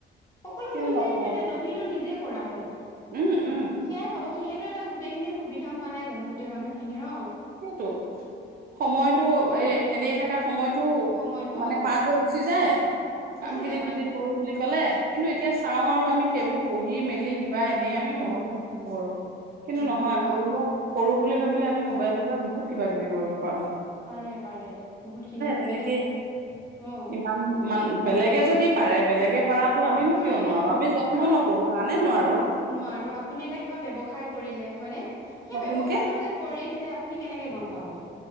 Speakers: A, on the left; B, on the right.
A: সকলো
B: কিয়
A: মহিলাই
B: নকওঁ,
A: কিন্তু। টো নিজেই কৰা হ'ল।
B: উম, উম,
A: সেইয়াই ভাবোকচোন সেইটোৱে। গোটেইখিনি। সুবিধাহোৱা নাই জানো গোটেই মানুহ। খিনি ৰ।
B: সেইটো সময়তো এ এনেই থকা। সময়তটো
A: সময়ত
B: মানে
A: অ
B: পাছ হৈ গুচি যায়।
A: গুচি
B: কাম খিনি
A: যায় আপোনাৰ
B: নিজে কৰো বুলি। ক'লে কিন্তু এতিয়া চাওঁ আৰু আমি সেইবোৰ পঢ়ি মেলি। কিবা এনেই আমি
A: উম
B: সময়তো ন কৰো কিন্তু
A: নকৰো
B: নহয় কৰিব
A: অ
B: কৰো। বুলি ভাবিলে আমি মোবাইলটো বহুত কিবা কিবি কৰিব পাৰো
A: পাৰে পাৰে বহুতখিনি সুবিধা
B: তেনেকে
A: অ
B: ইমান মান বেলেগে যদি পাৰে বেলেগে পাৰাতো আমিনো
A: পাৰাটো
B: কিয় নোৱাৰোঁ
A: অ
B: আমি যত্ন
A: আৰু
B: নকৰোঁ
A: আপ
B: কাৰণে নোৱাৰোঁ
A: আপ নোৱাৰো আপুনি এটা কিবা ব্যৱসায় কৰিলে হয়নে সেই
B: নতুনকে
A: ব্যৱসায়টো যে কৰিছে আপুনি কেনেকে গম পাম? ব